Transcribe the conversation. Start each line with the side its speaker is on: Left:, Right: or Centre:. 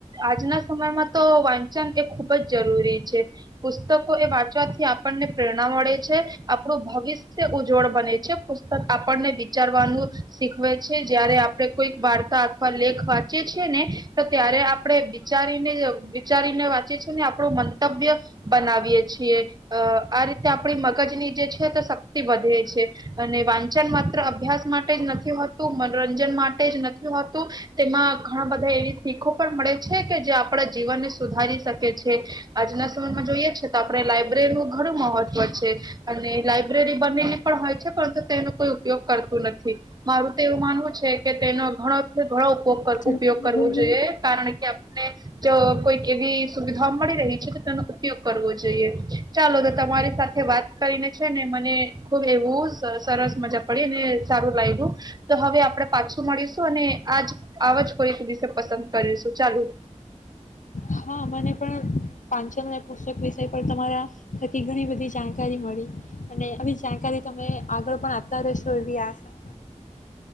Right: આજના સમયમાં તો વાંચન એ ખુબ જ જરૂરી છે પુસ્તકો એ વાંચવાથી આપણને પ્રેરણા મળે છે આપણું ભવિષ ઉજ્જવળ બને છે. પુસ્તક આપણને વિચારવાનું શીખવે છે. જયારે આપડે કોઈક વાર્તા અથવા લેખ વાંચીએ છીએને તો ત્યારે આપડે વિચારીને વિચારીને વાંચીએ છીએ ને આપણું મંતવ્ય બનાવીએ છીએ અ આ રીતે આપણી મગજની જે છે તે સ વધે છે અને વાંચન માત્ર અભ્યાસ માટે જ નથી હોતું, મનોરંજન માટે જ નથી હોતું, તેમાં ઘણા બધા એવી શીખો પણ મળે છે કે જે આપણા જીવનને સુધારી શકે છે આજના સમયમાં જોઈએ છે તો આપણે લાયબ્રેરીનું ઘણું મહત્વ છે અને લાયબ્રેરી. બનીને પણ હોય છે પરંતુ તેનો કોઈ ઉપયોગ કરતું નથી મારું તો એવું માનવું છે કે તેનો ઘણોથી ઘણો
Left: ચ
Right: <unintelligible> ઉપયોગ કરવો
Left: બોલો
Right: જોઈએ કારણ કે આપણે ને જો કોઈ એવી સુવિધ <unintelligible> મળી રહી છે તો તેનો ઉપયોગ કરવો જોઈએ. ચાલો તો તમારી સાથે તે વાત કરીને છે ને મને ખુબ એવું સર સરસ મજા પડી અને સારું લાયગું, તો હવે આપણેે પાછું મળીશું અને આજ આવાજ કોઈક વિશે પસંદ કરીશું ચાલુ.
Left: હા મને પણ પાંચન અને પુસ્તક વિષય પર તમારા થકી ઘણી બધી જાણકારી મળી અને આવી જાણકારી તમે આગળ પણ આપતા રહેશો એવી આશા